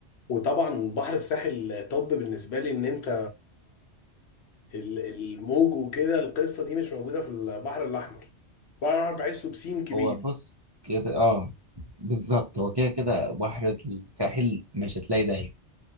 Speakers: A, on the left; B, on the right.
A: وطبعا بحر الساحل طب بالنسبه لي ان انت ال- الموج وكده القصه دي مش موجوده في البحر الاحمر البحر الاحمر بحسه بسين كبير
B: هو بص كده اه بالظبط هو كده كده بحر الساحل مش هتلاقي زيه